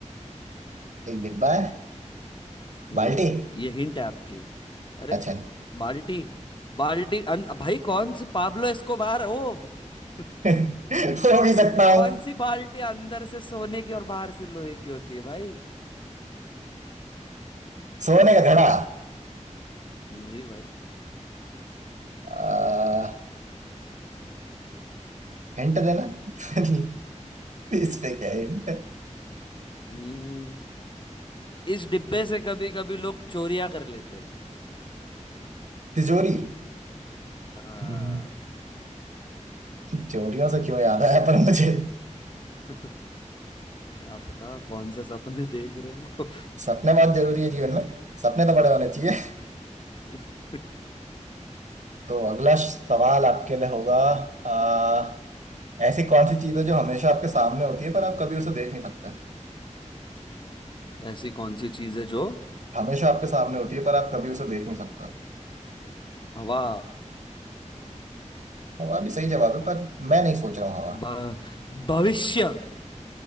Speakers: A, on the right (about 75°); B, on the left (about 40°).
A: एक डिब्बा है
B: हम्म
A: बाल्टी
B: ये हिंट है आपकी अरे
A: अच्छा नहीं
B: बाल्टी बाल्टी अन, भाई कौन सी पाब्लो एस्कोबार है? ओ <laughs>
A: <laughs> हो भी सकता
B: कौन
A: हूँ
B: सी बाल्टी अंदर से सोने की और बाहर से लोहे की होती है भाई
A: सोने का घड़ा
B: नहीं भाई
A: आ, हिंट देना <laughs> इस पे क्या हिंट
B: हम्म, इस डिब्बे से कभी कभी लोग चोरियां कर लेते हैं
A: तिजोरी
B: हाँ
A: हम्म, तिजोरियों से क्यों याद आया पर मुझे
B: <laughs> क्या पता कौन से सपने देख रहे हो
A: सपने बहुत जरूरी है जीवन में सपने तो बड़े होने चाहिए
B: <laughs>
A: तो अगला सवाल आपके लिए होगा आ, ऐसी कौन सी चीज है जो हमेशा आपके सामने होती है पर आप कभी उसे देख नहीं सकते
B: ऐसी कौन सी चीज है जो
A: हमेशा आपके सामने होती है पर आप कभी उसे देख नहीं सकते हो।
B: हवा
A: हवा भी सही जवाब है पर मैं नहीं सोच रहा हूँ हवा
B: भ- भविष्य